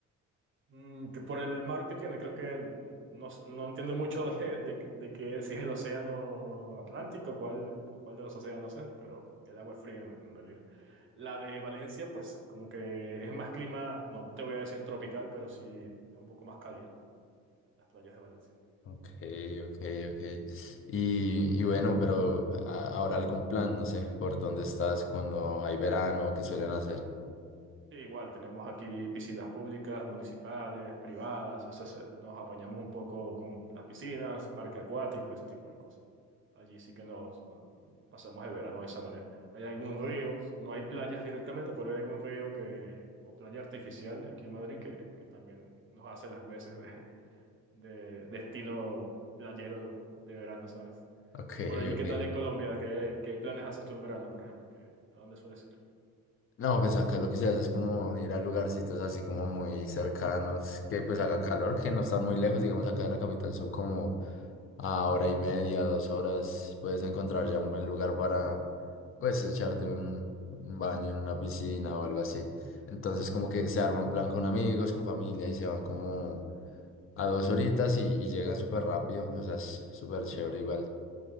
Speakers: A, on the right; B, on the left.
A: Mm, que por el mar que tiene, creo que n- no, s- no entiendo mucho <laughs> de, de, de que si es el océano Atlántico, cuál, o cuál de los océanos es, pero el agua es fría en en realidad. La de Valencia, pues como que es más clima, no te voy a decir tropical, pero sí es un poco más cálido, las playas de Valencia.
B: Ok, ok, ok. Y, y bueno, pero a- ¿habrá algún plan, no sé, por dónde estás cuando hay verano, qué suelen hacer?
A: Sí, igual, tenemos aquí piscinas públicas, municipales, privadas, eso se- nos apañamos un poco con las piscinas, parque acuático, ese tipo de cosas. Allí sí que nos, nos- pasamos el verano de esa manera. Hay algún río, no hay playas directamente, pero hay algún río que, o playa artificial aquí en Madrid que, que también nos hace las veces de, de destino playero de verano, ¿sabes?
B: Ok,
A: Por allí,
B: ok.
A: ¿qué tal en Colombia? ¿Qué, qué planes haces tú en verano, por ejemplo? ¿Qué- ¿a dónde sueles ir?
B: No, pues acá lo que se hace es como ir a lugarcitos así como muy cercanos, que pues haga calor, que no están muy lejos, digamos acá de la capital son como a hora y media, dos horas, puedes encontrar ya un buen lugar para pues echarte un, un baño en una piscina o algo así. Entonces como que se arma un plan con amigos, con familia y se van como a dos horitas y, y llegan súper rápido, o sea, es súper chévere igual.